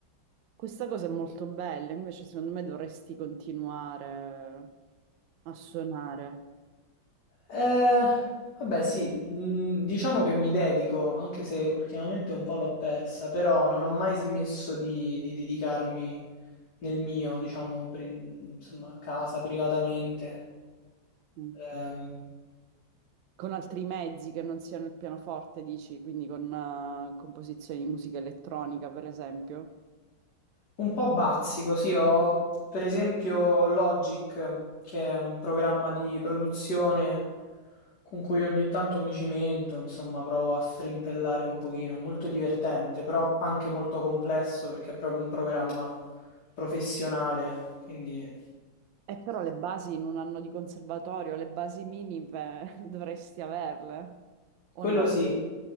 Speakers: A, on the right; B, on the left.
A: questa cosa è molto bella, invece secondo me dovresti continuare a suonare.
B: Eh, vabbè, sì, mm, diciamo che mi dedico, anche se ultimamente un po' l'ho persa, però non ho mai smesso di, di dedicarmi nel mio, diciamo, pri- insomma, a casa, privatamente.
A: Mm.
B: Ehm,
A: Con altri mezzi che non siano il pianoforte, dici, quindi con eh, composizioni di musica elettronica, per esempio.
B: Un po' bazzico, sì, ho per esempio ho Logic, che è un programma di produzione con cui ogni tanto mi cimento, insomma, provo a strimpellare un pochino, è molto divertente, però anche molto complesso perché è proprio un programma professionale, quindi
A: E però le basi in un anno di conservatorio, le basi minime <laughs> dovresti averle, o
B: quello
A: no?
B: sì,